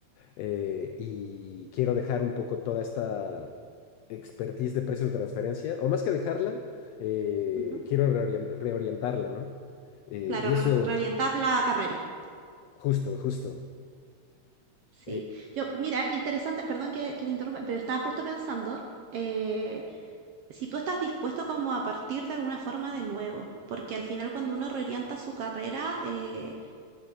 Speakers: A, on the left; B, on the right.
A: eh, y quiero dejar un poco toda esta expertise de precios de transferencia, o más que dejarla, eh,
B: Ujú.
A: quiero reorient- reorientarla, ¿no? Eh,
B: Claro,
A: y
B: re-
A: eso,
B: reorientar la carrera.
A: justo, justo.
B: Sí.
A: eh,
B: Yo, mira, qué interesante, perdón que, que te interrumpa, pero estaba justo pensando, eh, si tú estás dispuesto como a partir de alguna forma de nuevo, porque al final cuando uno reorienta su carrera, eh,